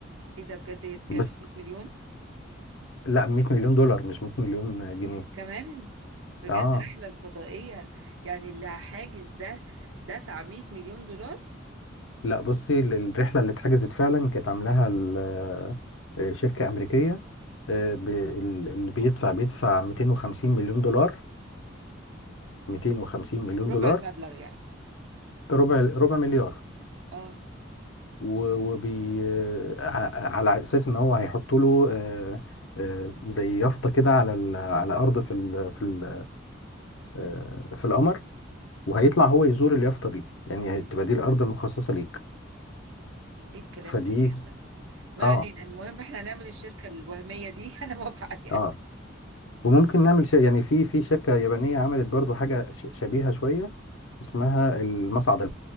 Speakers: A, on the right; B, on the left.
A: ايه ده بجد هيتكلف
B: بس
A: 100 مليون
B: لا 100 مليون دولار مش 100 مليون جنيه
A: كمان بجد
B: اه
A: رحلة الفضائية يعني اللي حاجز ده دفع 100 مليون دولار
B: لا بصي ال- الرحلة اللي اتحجزت فعلا كانت عاملاها ال- آه، شركة أمريكية آه، ب- ال- اللي بيدفع بيدفع 250 مليون دولار 250 مليون
A: ربع
B: دولار
A: المبلغ يعني
B: ربع ربع مليار
A: اه
B: و- وبي آه، ع- على أساس إن هو هيحط له آه، آه، زي يافطة كده على ال- على أرض في ال في ال آه، في القمر وهيطلع هو يزور اليافطة دي يعني هتبقى دي الأرض المخصصة ليك
A: ايه الكلام
B: فدي
A: الكبير ده ما
B: اه
A: علينا المهم احنا هنعمل الشركة الوهمية دي <laughs> انا موافقة عليها
B: اه وممكن نعمل ش... يعني في في شركة يابانية عملت برضو حاجة ش... شبيهة شوية اسمها المصعد